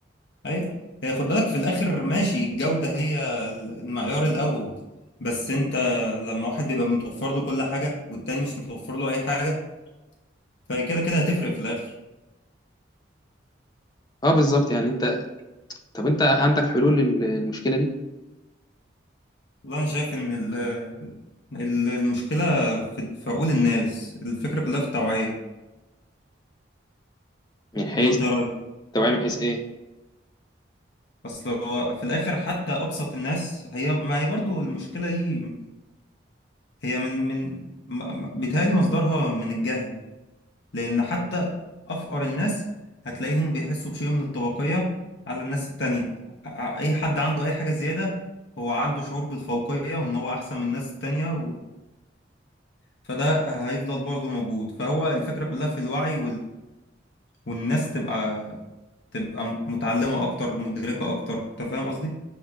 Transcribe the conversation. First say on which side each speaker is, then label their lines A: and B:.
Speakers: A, on the left (about 65°); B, on the left (about 20°).
A: ايوه هي خد بالك في الاخر ماشي الجودة هي ال- المعيار الاول بس انت لما واحد بيبقى متوفر له كل حاجة والتاني مش متوفر له اي حاجة فكده كده هتفرق في الاخر
B: اه بالظبط يعني انت طب انت عندك حلول للمشكلة دي
A: والله أنا شايف إن ال- ال- المشكلة في في عقول الناس الفكرة كلها في التوعية
B: من حيث
A: ولا أنت إيه رأيك؟
B: توعية من حيث ايه
A: أصل هو في الآخر حتى أبسط الناس هي ما هي برضو المشكلة دي هي من من م- م- بيتهيألي مصدرها من الجهل لأن حتى أفقر الناس هتلاقيهم بيحسوا بشيء من الطبقية على الناس التانية ع- أي حد عنده أي حاجة زيادة هو عنده شعور بالفوقية وإن هو أحسن من الناس التانية و... فده هيفضل برضه موجود فهو الفكرة كلها في الوعي والناس تبقى تبقى م- متعلمة أكتر مدركة أكتر أنت فاهم قصدي؟